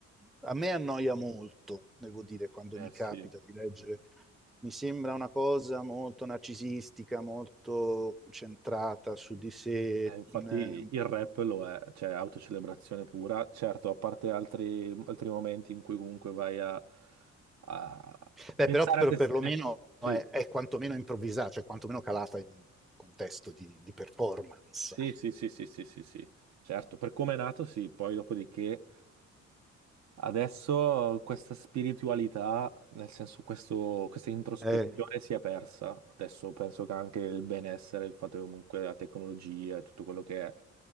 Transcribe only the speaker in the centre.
a me annoia molto, devo dire, quando
mi
capita di leggere, mi sembra una cosa molto narcisistica, molto centrata su di sé,
eh,
Beh,
però per-
perlomeno
è,
è quantomeno improvvisata, cioè quantomeno calata in un contesto di, di performance.
Eh,